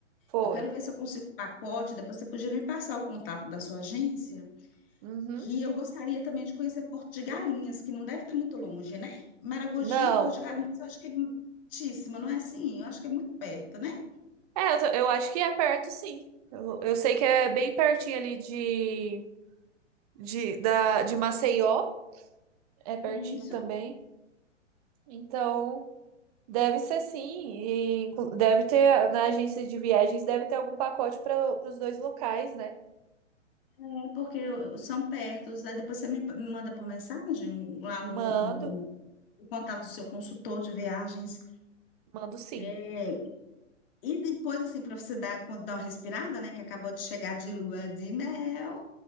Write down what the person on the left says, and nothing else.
Eu quero ver se eu consigo o pacote, depois você podia me passar o contato da sua agência.
que eu gostaria também de conhecer Porto de Galinhas, que não deve estar muito longe, né? Maragogi
e Porto de Galinhas, eu acho que é muitíssimo, não é assim? Eu acho que é muito perto, né?
Isso.
É porque eu- são perto, aí depois você me me manda por mensagem o- lá
o, nu- o- o contato do seu consultor de viagens.
É, e depois, assim, para você dar, dar uma respirada, né? Que acabou de chegar de lua de mel.